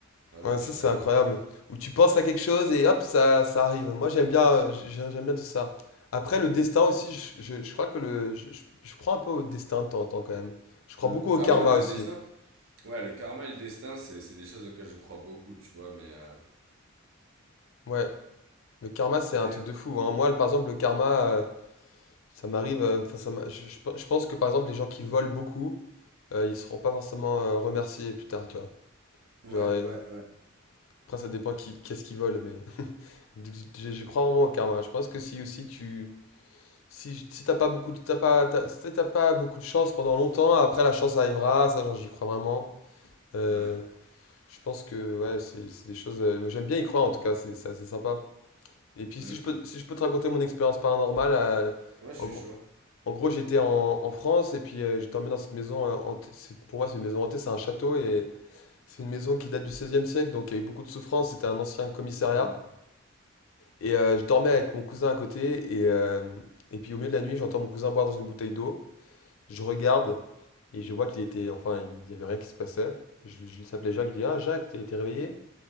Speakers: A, on the right; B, on the left.
A: ouais,
B: Ouais,
A: ouais,
B: ça
A: je suis
B: c'est
A: d'accord.
B: incroyable. Où tu penses à quelque chose et hop, ça, ça arrive. Moi j'aime bien, euh, j'ai- j'aime j'aime bien tout ça. Après le destin aussi, je, je- je crois que le, je, je- je crois un peu au destin de temps en temps quand même. Je crois
A: Mhm.
B: beaucoup au
A: Ah
B: karma
A: oui, non mais
B: aussi.
A: le destin. Ouais, le karma et le destin, c'est c'est des choses auxquelles je crois beaucoup, tu vois. Mais euh,
B: Ouais, le karma c'est
A: mais
B: un truc
A: euh,
B: de fou. hein. Moi, le- par exemple, le karma, euh, ça m'arrive. euh, enfin, ça m'a- je, je pe- je pense que par exemple les gens qui volent beaucoup, euh, ils seront pas forcément euh, remerciés plus tard, tu vois.
A: ouais,
B: Genre, euh,
A: ouais, ouais,
B: après ça dépend qui, qu'est-ce qu'ils volent, mais <laughs> je je crois vraiment au karma. Je pense que si aussi tu Si, j- si t'as pas beaucoup de, t'as pas, t'as- si t'as pas beaucoup de chance pendant longtemps, après la chance arrivera, ça genre, j'y crois vraiment. Euh,
A: ouais.
B: je pense que ouais, c'est c'est des choses. euh, j'aime bien y croire en tout cas, c'est c'est assez sympa. Et puis
A: Mhm.
B: si je peux, si je peux te raconter mon expérience paranormale, euh,
A: Ouais, je
B: en
A: suis
B: gros,
A: chaud.
B: en gros j'étais en, en France et puis euh, je dormais dans cette maison euh, hantée. c'est- Pour moi c'est une maison hantée, c'est un château et c'est une maison qui date du 16 siècle, donc il y a eu beaucoup de souffrance. C'était un ancien commissariat
A: Hmm,
B: et euh, je dormais avec mon cousin à côté et euh, et puis au milieu de la nuit j'entends mon cousin boire dans une bouteille d'eau. Je regarde et je vois qu'il était, enfin, il y avait rien qui se passait. Je, je il s'appelait
A: hmm.
B: Jacques, je dis, ah Jacques, t'es t'es réveillé?